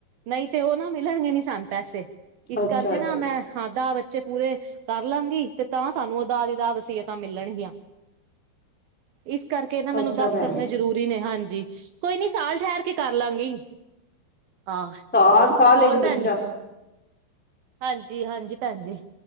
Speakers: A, on the right; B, in the centre.
A: ਨਈਂ ਤੇ ਉਹ ਨਾ ਮਿਲਣਗੇ ਨੀ ਸਾਨ ਪੈਸੇ, ਇਸ
B: ਅੱਛਾ
A: ਕਰਕੇ
B: ਅੱਛਾ
A: ਨਾ ਮੈਂ ਹਾਂ, ਦਾ ਬੱਚੇ ਪੂਰੇ ਕਰ ਲਾਂਗੀ, ਤੇ ਤਾਂ ਸਾਨੂੰ ਉਹ ਦਾਹ ਦੀ ਦਾਹ ਵਸੀਅਤਾਂ ਮਿਲਣਗੀਆਂ।
B: <inaudible>
A: ਇਸ ਕਰਕੇ ਨਾ, ਮੈਨੂੰ
B: ਅੱਛਾ
A: ਦੱਸ
B: ਭੈਣ
A: ਕਰਨੇ
B: ਜੀ
A: ਜ਼ਰੂਰੀ ਨੇ ਹਾਂਜੀ, ਕੋਈ ਨੀ ਸਾਲ ਠਹਿਰ ਕੇ ਕਰ ਲਾਂਗੀ। ਆਹ
B: ਤਾ‌ ਹਰ ਸਾਲ,
A: ਹੋਰ
B: ਇੱਕ ਬੱਚਾ?
A: ਭੈਣ ਜੀ ਹਾਂਜੀ-ਹਾਂਜੀ ਭੈਨ ਜੀ,